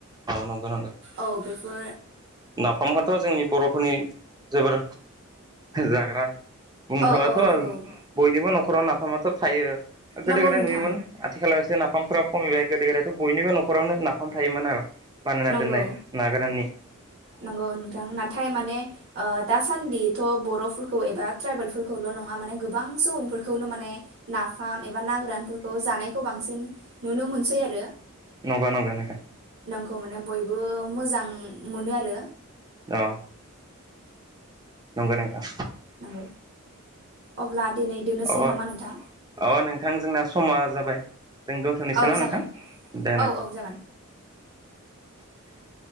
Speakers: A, on the right; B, on the right.
A: नंगौ नंगौ
B: औ बे बो
A: नाफामखौथ' जोंनि बर'फोरनि जोबोर जाग्रा बुंनो
B: औ
A: थांबाथ'
B: औ नंगौ
A: बयनिबो न'खराव ना माथ' थायो। गोदो
B: नंगौ
A: गोदाय
B: नोंथां
A: नुयोमोन आथिखालावसो ना नाफामफोरा खमिबाय गोदो गोदायाथ' बयनिबो न'खरावनो नाफाम थायोमोन आरो बानायना
B: नंगौ
A: दोननाय नागाराननि
B: नंगौ नोंथां नाथाय माने ओ दासान दिथ' बर'फोरखौ एबा ट्राइबेलफोरखौल' नङा माने गोबां सुबुंफोरखौनो माने नाफाम एबा ना गोरानफोरखौ जानायखौ बांसिन नुनो मोनसै आरो
A: नंगौ नंगौ नोंथां।
B: नोंखौ बयबो मोजां मोनो आरो
A: औ नंगौ नोंथां
B: नंगौ अब्ला दिनै दोननोसै
A: अ
B: नामा नोंथां
A: अ नोंथां जोंना समा जाबाय जों दोनथ'नोसो
B: औ
A: ना
B: जागोन
A: नोंथां दे
B: औ औ जागोन
A: <inaudible>